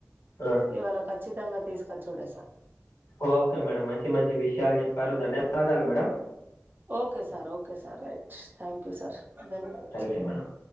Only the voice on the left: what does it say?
ఆ
ఓకే మేడం మంచి మంచి విషయాలు చెప్పారు ధన్యవాదాలు madam
ట్యాంక్ యూ మేడం